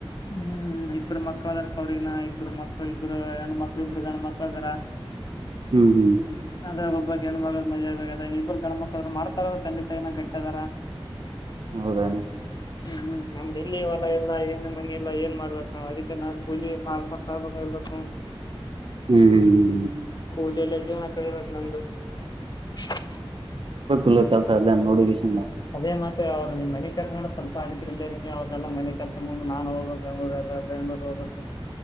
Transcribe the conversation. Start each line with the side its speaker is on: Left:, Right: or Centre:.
Left: ಹ್ಮ್ ಇಬ್ಬರು ಮಕ್ಳ ಅದಾರ ಪ ಅವ್ರಗನ ಇಬ್ಬರು ಮಕ್ಳ ಇಬ್ರು ಹೆಂಡ ಮಕ್ಳ ಇಬರು ಗಂಡ ಮಕ್ಳ ಅದಾರ.
Right: ಹ್ಮ್ ಹ್ಮ್.
Left: ಅದೆ ಒಬ್ಬ ಗಣ ಮಗಳು ಮಜೆ ಆ ಇಬ್ರು ಗಣ ಮಕ್ಳ ಮಾಡ್ತಾರ ತ. ಏನ ಗಟ್ಟದಾರ.
Right: ಹೌದೇನು
Left: ಹ್ಮ್ ಹ್ಮ್ ನಮ್ದಲ್ಲಿ ಹೊಲ ಎಲ್ಲಾ ಏನ್ ಮನ ಎಲ್ಲಾ ಏನ್ ಮಾಡ್ಬೇಕು ನಾವ್ ಅದ ರೀತಿ ನಾವು ಕೂಲಿ ಮಾರ್ಕಸ್ ಆಬೇಕು. ಹೂಂ.
Right: ಹ್ಮ್ ಹ್ಮ್
Left: ಕೂಲಲ್ಲಜ ನನ್ನದು. <unintelligible>
Right: ಇಲ್ಲೆ ಕೆಲಸ ಇದೇ ನೋಡಕಿಸಗಿಂದ.
Left: ಅದೇ ಮತ್ತೆ ಅವರು ನಿನ್ ಮನೆ ಕೆಲ್ಸ ನ ಸ್ವಲ್ಪ ಅದಕ್ಕೆಿ ಇಲ್ಲೇ ಇದಿನಿ ಅವ್ರದೆೆಲ್ಲ ಮನೆ ಕೆಲ್ಸ ಮುಂದೆ ನಾನ್ ಹೋಗ್ಬೇಕಕ್ ಬೆಂಗ್ಳೂರ್ ಬ ಬೆಂಗ್ಳೂರ್ ಹೋಗ್ಬೇಕ.